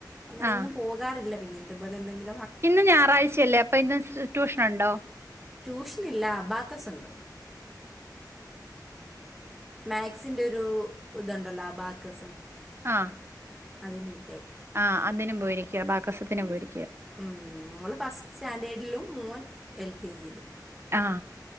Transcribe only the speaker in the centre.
അങ്ങനെങ്ങും
പോകാറില്ല. പിന്നെ ഇതു പോലെന്തെങ്കിലും
ട്യൂഷനില്ല അബാക്കസുണ്ട്. മാക്സിന്റെ ഒരു ഇതുണ്ടല്ലോ അബാകസ്
അതന് വി
ഉം മോള് ഫസ്റ്റ് സ്റ്റാൻഡേർഡലും മോൻ എൽ കെ ജിയിലും